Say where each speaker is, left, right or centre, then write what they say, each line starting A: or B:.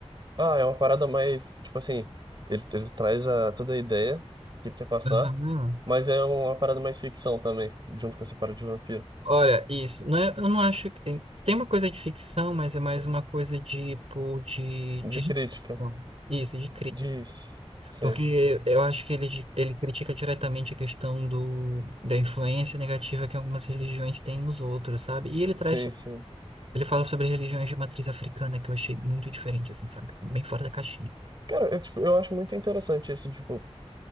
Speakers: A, on the right; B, on the right.
A: Ah, é uma parada mais, tipo assim, ele, ele traz a, toda a ideia que ele quer passar,
B: Aham.
A: mas é um, uma parada mais ficção também, junto com essa parada de vampiro.
B: Olha, isso, não é, eu não acho que tem, tem uma coisa de ficção, mas é mais uma coisa de, tipo, de,
A: De
B: de reflexão.
A: crítica.
B: Isso, de
A: Diz. Sim,
B: Porque eu acho que ele, ele critica diretamente a questão do, da influência negativa que algumas religiões têm nos outros, sabe? E ele traz,
A: sim, sim.
B: ele fala sobre religiões de matriz africana, que eu achei muito diferente, assim, sabe? Bem fora da caixinha.
A: Cara, eu, tipo, eu acho muito interessante isso, tipo,